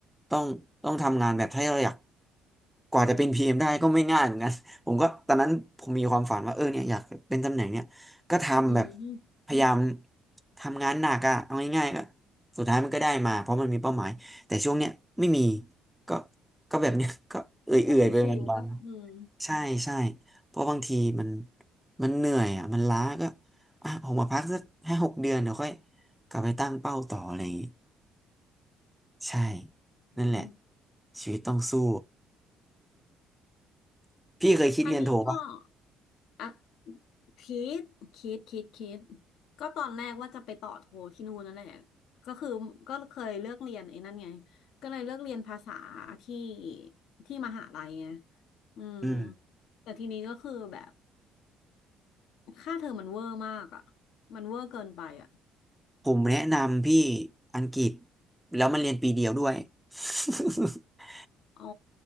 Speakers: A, in the centre; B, on the left.
A: ต้องต้องทำงานแบบถ้าเราอยากกว่าจะเป็นพีเอ็มได้ก็ไม่ง่ายเหมือนกัน <laughs> ผมก็ตอนนั้นผมมีความฝันว่าเออเนี่ยอยากเป็นตำแหน่งเนี่ย ก็ทำแบบ
B: อืม
A: พยายามทำงานหนักอะเอาง่ายๆก็สุดท้ายมันก็ได้มาเพราะมันมีเป้าหมายแต่ช่วงเนี้ยไม่มีก็ก็แบบเนี้ย <laughs> ก็เอื่อยๆไปวันๆใช่ใช่
B: ก็ชิวๆก็อืม
A: เพราะบางทีมันมันเหนื่อยอะมันล้าก็อ่ะออกมาพักสักห้าหกเดือนเดี๋ยวค่อยกลับไปตั้งเป้าต่ออะไรอย่างงี้ใช่
B: อืม
A: นั่นแหละชีวิตต้องสู้ <laughs> พี่เคยคิดเรียนโทปะ
B: อันนี้ก็อ่ะ คิดคิดคิดคิดก็ตอนแรกว่าจะไปต่อโทที่นู่นนั่นแหละก็คือก็เคยเลือกเรียนไอ้นั่นไงก็เลยเลือกเรียนภาษาที่ที่มหาลัยไงอืม
A: อืม
B: แต่ทีนี้ก็คือแบบค่าเทอมมันเวอร์มากอ่ะมันเวอร์เกินไปอ่ะ
A: ผมแนะนำพี่อังกฤษแล้วมันเรียนปีเดียวด้วย <laughs>
B: อ๋อ